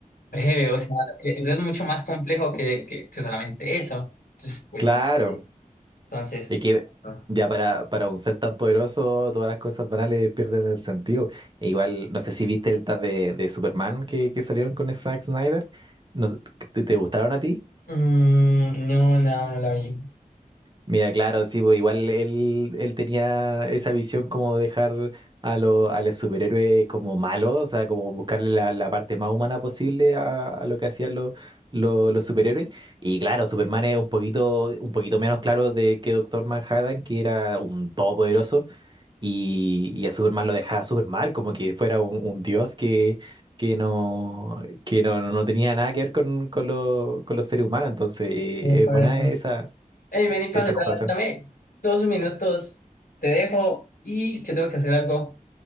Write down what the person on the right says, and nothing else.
claro.
Es que
ya para, para un ser tan poderoso, todas las cosas banales pierden el sentido. E igual, no sé si viste el tag de, de Superman que, que salieron con Zack Snyder. No sé, ¿te, te gustaron a ti?
Mira, claro, sí, pues igual él, él tenía esa visión como dejar a, lo, a los superhéroes como malos, o sea, como buscarle la, la parte más humana posible a, a lo que hacían los, los, los superhéroes. Y claro, Superman es un poquito, un poquito menos claro de que Doctor Manhattan, que era un todopoderoso Y, y a Superman lo dejaba súper mal, como que fuera un, un dios que, que no, que no, no no tenía nada que ver con, con, lo- con los seres humanos. Entonces, eh,
es buena
esa,
esa comparación.